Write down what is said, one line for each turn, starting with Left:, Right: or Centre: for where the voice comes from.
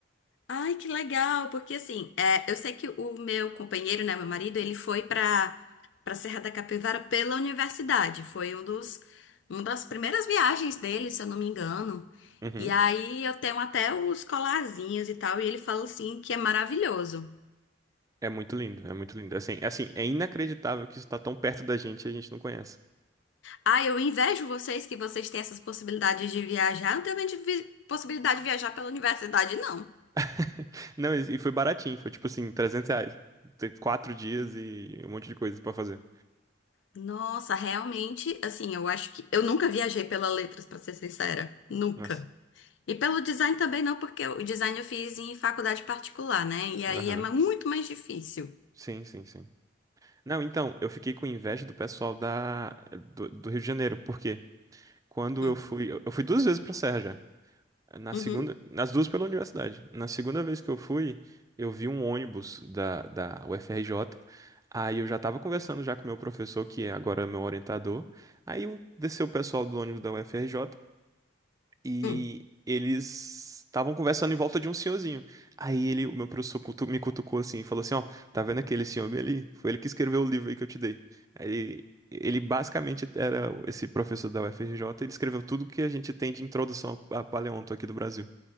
Left: Ai, que legal, porque assim, é, eu sei que o meu companheiro, né, meu marido, ele foi para para Serra da Capivara pela universidade. Foi um dos, uma das primeiras viagens dele, se eu não me engano.
Right: Uhum.
Left: E aí eu tenho até os colarzinhos e tal, e ele fala assim que é maravilhoso.
Right: É muito lindo, é muito lindo. Assim, assim, é inacreditável que isso tá tão perto da gente e a gente não conhece.
Left: Ah, eu invejo vocês que vocês têm essas possibilidades de viajar. Eu não tenho de vi- possibilidade de viajar pela universidade, não.
Right: <laughs> Não, e e foi baratinho, foi tipo assim, 300 reais. Tem quatro dias e um monte de coisa pra fazer.
Left: Nossa, realmente, assim, eu acho que eu nunca viajei pela Letras, para ser sincera. Nunca.
Right: Nossa,
Left: E pelo design também não, porque o design eu fiz em faculdade particular, né? E aí
Right: aham.
Left: é ma- muito mais difícil.
Right: Sim, sim, sim. Não, então, eu fiquei com inveja do pessoal da, do, do Rio de Janeiro, porque quando
Left: Hum,
Right: eu fui, eu eu fui duas vezes pra Serra já. Na
Left: uhum,
Right: segunda, nas duas pela universidade. Na segunda vez que eu fui, eu vi um ônibus da, da UFRJ. Aí eu já tava conversando já com o meu professor, que é agora é meu orientador. Aí eu- desceu o pessoal do ônibus da UFRJ e
Left: hum.
Right: eles estavam conversando em volta de um senhorzinho. Aí ele, o meu professor cutu- me cutucou assim e falou assim: Ó, tá vendo aquele senhor bem ali? Foi ele que escreveu o livro aí que eu te dei. Aí ele basicamente era esse professor da UFRJ, ele escreveu tudo que a gente tem de introdução a a paleonto aqui do Brasil.